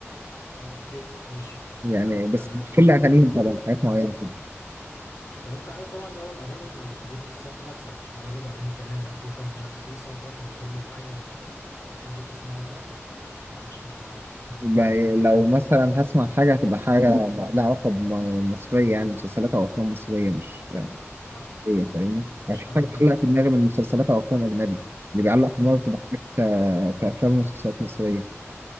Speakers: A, on the left (about 75°); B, on the right (about 50°).
A: آه اوكي ماشي
B: يعني بس
A: آه
B: مش كل اغانيهم طبعا حاجات معينه كده
A: طب انت عارف طبعا ان هو الاغاني موجوده في الساوند تراكس يعني مش مجرد اغاني كلام يعني في ساوند تراكس في ساوند تراك من فيلم معين آه، بتحب تسمعه كده ولا مالكش في الجو ده
B: ب- لو مثلا هسمع حاجه هتبقى حاجه لها علاقه بمصريه يعني مسلسلات او افلام مصريه مش
A: اه
B: ايه فاهمني
A: مش
B: يعني في
A: حاجه
B: حاجه
A: من
B: بتعلق
A: بره اه
B: في دماغي من مسلسلات او افلام اجنبي اللي بيعلق في دماغي بتبقى
A: اه
B: حاجات آه، كافلام ومسلسلات مصريه